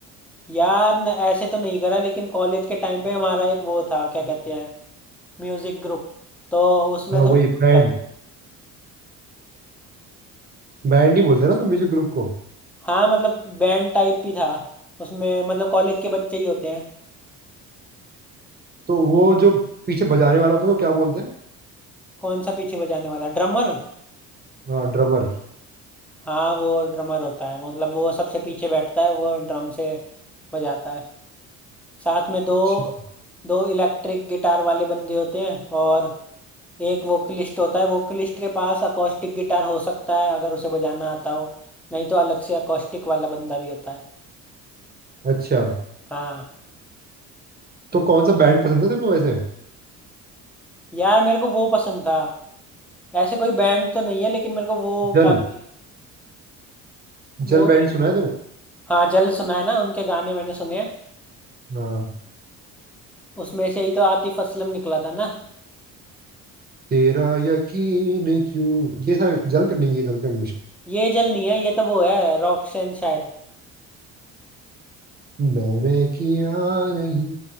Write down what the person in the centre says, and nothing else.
यार न, ऐसे तो नहीं करा लेकिन कॉलेज के टाइम पे हमारा एक वो था क्या कहते हैं म्यूजिक ग्रुप तो उसमें
थोड़ा
करा।
हाँ मतलब बैंड टाइप ही था उसमें मतलब कॉलेज के बच्चे ही होते हैं
कौन सा पीछे बजाने वाला ड्रमर
हाँ वो ड्रमर होता है मतलब वो सबसे पीछे बैठता है वो ड्रम से बजाता है साथ में दो
दो इलेक्ट्रिक गिटार वाले बंदे होते हैं और एक वोकलिस्ट होता है वोकलिस्ट के पास अकॉस्टिक गिटार हो सकता है अगर उसे बजाना आता हो नहीं तो अलग से अकॉस्टिक वाला बंदा भी होता है
हाँ
यार मेरे को वो पसंद था ऐसे कोई बैंड तो नहीं है लेकिन मेरे को वो
काफी वो
नहीं
हाँ जल सुना है ना उनके गाने मैंने सुने हैं
उसमें से ही तो आतिफ असलम निकला था ना
ये जल नहीं है ये तो वो है रॉकशन शायद